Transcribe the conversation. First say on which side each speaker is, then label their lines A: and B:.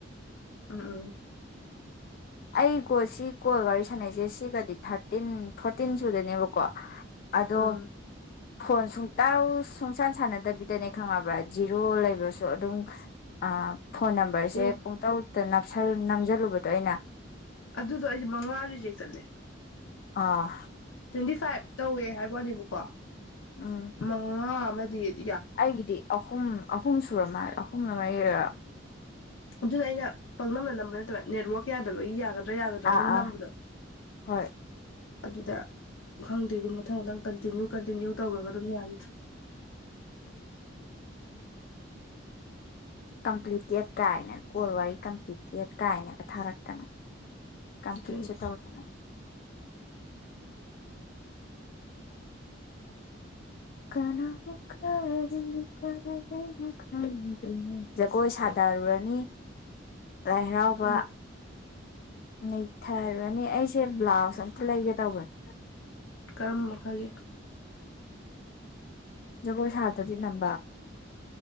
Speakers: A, on the left; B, on the left.
A: <unintelligible>
B: ꯑꯩ ꯀꯣꯜ ꯁꯤ ꯀꯣꯜ ꯋꯥꯔꯤ ꯁꯥꯟꯅꯩꯁꯦ ꯁꯤꯒꯗꯤ ꯊꯥꯔꯇꯤꯟ ꯐꯣꯔꯇꯤꯟ ꯁꯨꯔꯗꯣꯏꯅꯦꯕꯀꯣ ꯑꯗꯣ
A: ꯎꯝ
B: ꯐꯣꯟ ꯁꯨꯡꯇꯧꯎ ꯁꯨꯡꯁꯥꯟ ꯁꯥꯟꯅꯗꯕꯤꯗꯅꯦ ꯈꯪꯉꯕꯔꯥ ꯖꯤꯔꯣ ꯂꯩꯕꯁꯨ ꯑꯗꯨꯝ ꯑꯥ ꯐꯣꯟ ꯅꯝꯕꯔꯁꯦ
A: ꯑꯣ
B: ꯄꯨꯡ ꯇꯧ ꯅꯞꯁꯜ ꯅꯝꯖꯜꯂꯨꯕꯗꯣ ꯑꯩꯅ
A: ꯑꯗꯨꯗꯣ ꯑꯩꯗꯤ ꯃꯉꯥ ꯔꯤꯖꯦꯛ ꯆꯠꯂꯦ
B: ꯑꯥ
A: ꯇ꯭ꯋꯦꯟꯇꯤ ꯐꯥꯏꯚ ꯇꯧꯋꯦ ꯍꯥꯏꯕ ꯋꯥꯅꯦꯕꯀꯣ
B: ꯎꯝ
A: ꯃꯉꯥ ꯑꯃꯗꯤ <unintelligible>
B: ꯑꯩꯒꯤꯗꯤ ꯑꯍꯨꯝ ꯑꯍꯨꯝ ꯁꯨꯔ ꯃꯥꯜꯂꯦ ꯑꯍꯨꯝꯂ ꯃꯔꯤꯔꯥ
A: ꯑꯗꯨꯅ ꯑꯩꯅ ꯄꯪꯅꯝꯗ ꯅꯝꯕ ꯅꯠꯇꯔꯥ ꯅꯦꯠꯋꯛ ꯌꯥꯗꯕꯒꯤ ꯌꯥꯒꯗꯔꯥ- ꯌꯥꯒꯗꯔꯥꯅ
B: ꯑꯥ
A: ꯑꯗꯨꯝ
B: ꯑꯥ
A: ꯅꯝꯕꯗꯣ
B: ꯍꯣꯏ
A: ꯑꯗꯨꯗ ꯈꯪꯗꯦ ꯑꯗꯨꯝ ꯃꯊꯪ ꯃꯊꯪ ꯄꯅ ꯀꯟꯇꯤꯅ꯭ꯌꯨ ꯀꯟꯇꯤꯅ꯭ꯌꯨ ꯇꯧꯔꯒ ꯑꯗꯨꯝ ꯌꯥꯒꯤꯗꯔꯦ
B: ꯀꯝꯄ꯭ꯂꯤꯇꯦꯠ ꯀꯥꯏꯅ ꯀꯣꯜ ꯋꯥꯔꯤ ꯀꯝꯄ꯭ꯂꯤꯠꯦꯠ ꯀꯥꯏꯅꯒ ꯊꯥꯔꯛꯇꯅ ꯀꯝꯀ꯭ꯂꯤꯠꯁꯨ
A: ꯑꯗꯨꯏꯅꯤ
B: ꯇꯧꯗꯅ ꯀꯅꯥꯅꯣ ꯀꯔꯤꯅꯣ ꯀꯗꯥꯏꯗꯩꯅꯣ ꯈꯪꯗꯔꯤꯉꯩ ꯖꯒꯣꯏ ꯁꯥꯗꯔꯨꯔꯅꯤ ꯂꯥꯏ ꯍꯔꯥꯎꯕ
A: ꯎꯝ
B: ꯅꯩꯊꯔ ꯅꯦ ꯑꯩꯁꯦ ꯕ꯭ꯂꯥꯎꯁ ꯑꯝꯇ ꯂꯩꯒꯦ ꯇꯧꯕꯅꯦ
A: ꯀꯔꯝꯕ ꯃꯈꯜꯒꯤ
B: ꯖꯒꯣꯏ ꯁꯥꯗꯗꯤ ꯅꯝꯕ